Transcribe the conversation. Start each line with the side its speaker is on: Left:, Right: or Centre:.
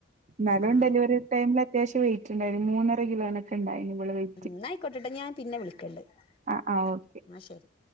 Right: എന്നാലും
Left: ആഹ്
Right: ഡെലിവറി ടൈമിൽ അത്യാവശ്യം വെയ് റ്റ് ഉണ്ടായി മൂന്നര കിലോനൊക്കെണ്ടായി ഇവള് വെയ്റ്റ്.
Left: എന്നാ ആയിക്കോട്ടട്ടെ ഞാൻ പിന്നെ വിളിക്കണ്ട് ന്നാ
Right: ആഹ് ആഹ് ഓക്കെ.
Left: ശരി.